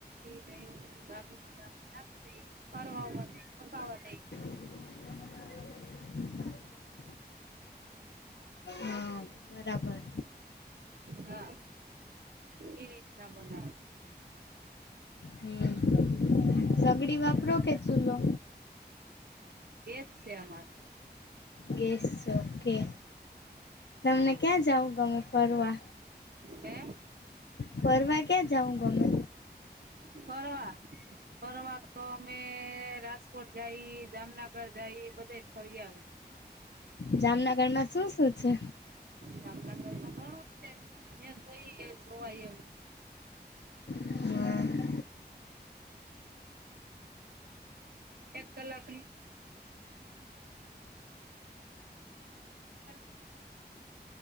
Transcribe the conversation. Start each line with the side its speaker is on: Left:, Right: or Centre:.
Right: ને એવું બધું ગા બધ આપને નાખી દઈ ફારો આવવા દ પકવા દઈ.
Left: હ. હા બરાબર.
Right: હા એ રીતના બોના.
Left: હમ સગડી વાપરો કે ચૂલો.
Right: એસ છે અમાર.
Left: ગ ઓકે તમને ક્યાં જાવ. ગમે ફરવા
Right: હે
Left: ફરવા ક્યાં જાઉં ગમે.
Right: પવા. ફર તો અમે રાજકોટ જઈ જામનગર જઈ બધે ફરી આવ.
Left: જામનગરમાં શું શું છે.
Right: ગામડા ઘરમાં ઘણું છે જ્યા જોઈ એ જોવાયવું.
Left: હ.
Right: એક કલાકની. હ.